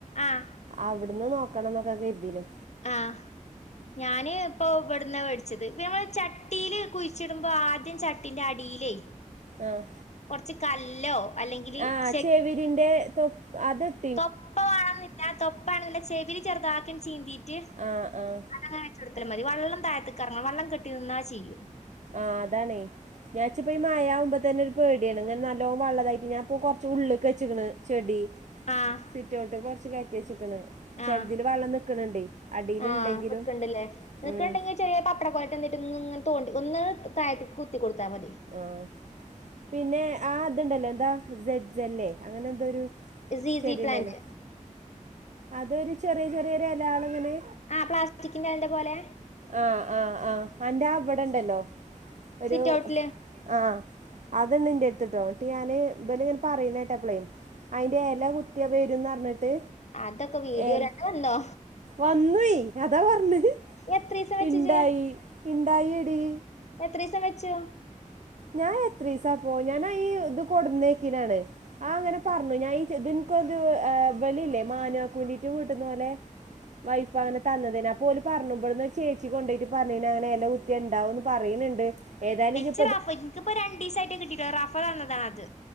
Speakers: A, on the left; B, on the right.
A: ആഹ്
B: അവിട്ന്ന് നോക്കണംന്നൊക്കെ കരുതിനു
A: ആഹ് ഞാന് ഇപ്പൊ ഇവിെടുന്ന വെടിച്ചത് പ്പ നമ്മള് ചട്ടിൽ കുഴിച്ചിടുമ്പോ ആദ്യം ചട്ടിന്റെ അടിലേ
B: ആഹ്
A: കൊറച്ച് കല്ലോ അല്ലെങ്കിൽ
B: ആഹ്
A: ചെകി
B: ചെവിരിന്റെ തൊപ്പ് അത് ഇട്ട്
A: തൊപ്പ വാണന്നില്ല തൊപ്പ ആണെന്നില്ല ചെവില് ചെറുതാക്കി ഇങ്ങ് ചീന്തീറ്റ്
B: ആഹ് ആഹ്
A: അതങ്ങനെ വെച്ചൊടുത്താലും മതി വെള്ളം താഴത്തക്ക് എറങ്ങ വള്ളം കെട്ടി നിന്നാ ചീയും
B: ആഹ് അതാണേ ഈ ആയ്ച്ചപ്പോ ഈ മയാ ആവുമ്പോ തന്നെ ഒരു പേടിയാണ് ഇങ്ങനെ നല്ലോ വള്ളതായിട്ട് ഞാനിപ്പോ കൊറച്ച് ഉള്ള്ക്ക് വെച്ച്ക്കണ് ചെടി
A: ആഹ്
B: സിറ്റഔട്ട്ക്ക് കൊറച്ച് കയറ്റി വച്ചിക്ക്ണ് ചെലതില്
A: ആഹ്
B: വെള്ളം നിക്കണ് ഇണ്ടെ അടീല്
A: ആഹ്
B: ഇണ്ടങ്കിലും
A: നിക്ക്ണ്ട്ല്ലേ നിക്ക്ണ്ടെങ്കി
B: ഉം
A: ചെറിയ പപ്പടക്കൊലെ ട്ടെ ന്തിട്ട്ന്ന് ഇന്ന് ന്ന് തോണ്ടി ഒന്ന് താഴത്ത്ക്ക് കുത്തി കൊടുത്താൽ മതി
B: ആഹ് പിന്നെ ആ ഇതുണ്ടല്ലോ എന്താ സെഡ് സെല്ലെ അങ്ങനെ എന്തോരു
A: സീസി
B: ചെടിണ്ടല്ലോ
A: പ്ലാന്റ്
B: അതൊരു ചെറിയ ചെറിയൊരു എലകള് ഇങ്ങനെ
A: ആഹ് പ്ലാസ്റ്റിക്കിന്റ തിന്റെ പോലെ
B: ആഹ് ആഹ് ആഹ് അന്റെ ആഹ് വിടെണ്ടല്ലോ ഒരു
A: സിറ്റൗട്ടില്
B: ആഹ് അത്ണ്ട് ഇൻ്റെട്ത്ത്ട്ടോ ഇട്ട് ഞാന് ഇബലിങ്ങനെ പറീണാ കേട്ടപ്പളെ അയിന്റെ എല കുത്തിയാ വെരുന്ന് പറഞ്ഞിട്ട്
A: അതൊക്കെ വീഡിയോയിലന്നെ
B: യെലെ
A: വന്നോ
B: വന്നൂ അതാ പറഞ്ഞത്
A: എത്രീസം വെച്ചിജ്
B: ഇണ്ടായി ഇണ്ടായി എടീ
A: എത്രീസം വെച്ചു
B: ഞാൻ എത്രീസപോ ഞാനാ ഈ ഇത് കൊടന്നേക്കിനാണ് ആഹ് അങ്ങനെ പറഞ്ഞു ഞാൻ ഈ ചെ ഇത്ൻക്ക് ഒരു ഏഹ് ഇവലില്ലേ മാനു ആക്കൂൻ്റെ <unintelligible> വീട്ടുന്നോലെ വൈഫ് അങ്ങനെ തന്നതേനു അപ്പോ ഓല് പറഞ്ഞു ഇബട്ന്ന് ഒര് ചേച്ചി കൊണ്ടോയിറ്റ് പറഞ്ഞിനി അങ്ങനെ എല കുത്തിയാ ഇണ്ടാവൂന്ന് പറയിണ്ണ്ട് ഏതായാലും ഇജ്
A: ക്ക്റഫയ് ൻക്കിപ്പോ രണ്ടീസയിട്ട് കിട്ടിട്ടുള്ളു റഫ തന്നതാണത്